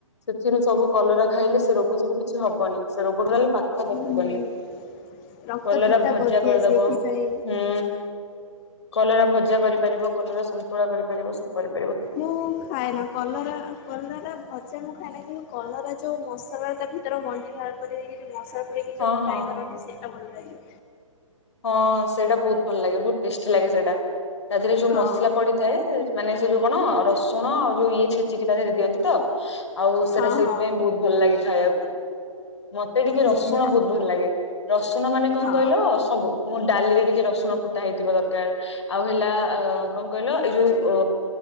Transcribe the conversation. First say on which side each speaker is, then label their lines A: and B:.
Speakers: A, on the left; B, on the left.
A: ସେଥିରୁ ସବୁ କଲରା ଖାଇଲେ ସେ ରୋଗ ସବୁ କିଛି ହବନି ସେ ରୋଗ ଟୋଟାଲି ପାଖ ପସିବନି।
B: ହୁଁ ରକ୍ତ
A: କଲରା
B: ପିତା
A: ଭଜା
B: କରିଦିଏ
A: କରିଦବ
B: ସେଇଥିପାଇଁ
A: ହୁଁ। କଲରା ଭଜା କରିପାରିବ କଲରା ସନ୍ତୁଳା କରିପାରିବ ସବୁ କରି
B: ମୁଁ ଖାଏନା କଲରା କଲରା ଭଜା ମୁଁ ଖାଇଏନା କିନ୍ତୁ କଲରା ଯୋଉ ମସଲା ତା ଭିତରେ ମଞ୍ଜି ବାହାର କରିକି ମସଲା
A: ହଁ
B: ଯୋଉ ଫ୍ରାଏ
A: ହଁ
B: କରନ୍ତି ସେଟା ଭଲ ଲାଗେ।
A: ହଁ ସେଇଟା ବହୁତ୍ ଭଲ ଲାଗେ ବହୁତ ଟେଷ୍ଟି ଲାଗେ ସେଇଟା ତା ଦେହରେ ଯୋଉ
B: ହଁ
A: ମସଲା ପଡିଥାଏ ମାନେ ସେ ଯୋଉ କଣ ରସୁଣ ଆଉ ଯୋଉ ଇଏ ଛେଚିକି ତା ଦେହରେ ଦିଅନ୍ତି ତ ଆଉ ସେଟା
B: ହଁ
A: ସେଇଥିପାଇଁ
B: ହଁ
A: ବହୁତ୍ ଭଲ ଲାଗେ ଖାଇବାକୁ। ମତେ ଟିକେ
B: ହୁଁ
A: ରସୁଣ ବହୁତ୍ ଭଲ ଲାଗେ ରସୁଣ ମାନେ କଣ
B: ହଁ
A: କହିଲ ସବୁ ମୋ ଡାଲିରେ ଟିକେଏ ରସୁଣ ଫୁଟା ହେଇଥିବା ଦରକାର୍ ଆଉ ହେଲା ଅ କଣ କହିଲ ଏଇ ଯୋଉ ଅ